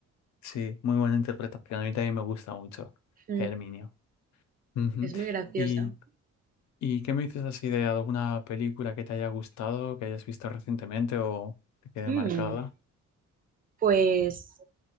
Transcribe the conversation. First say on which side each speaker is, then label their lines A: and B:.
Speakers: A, on the left; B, on the right.
A: Sí, muy buena interpretación. A mí también me gusta mucho
B: Mm,
A: Herminio. Ujú.
B: es muy graciosa.
A: ¿Y, y qué me dices así de alguna película que te haya gustado, que hayas visto recientemente o que quede
B: Mm,
A: marcada?
B: Pues